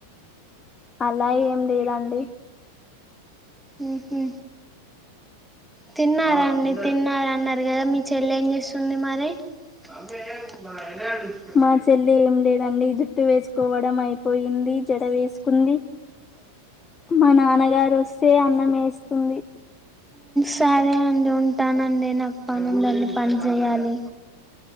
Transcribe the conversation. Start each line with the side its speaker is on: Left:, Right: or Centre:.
Left: అలా ఏం లేదండి
Centre: ఊహు తిన్నారా అండి తిన్నార అన్నారు కదా మీ చెల్లె ఏం చేస్తుంది మరి <unintelligible>
Left: మా చెల్లి ఏం లేదండి జుట్టు వేసుకోవడం అయిపోయింది జడ వేసుకుంది మా నాన్నగారు వస్తే అన్నం వేస్తుంది
Centre: సరే అండి ఉంటానండి నాకు పనుందండి పని చేయాలి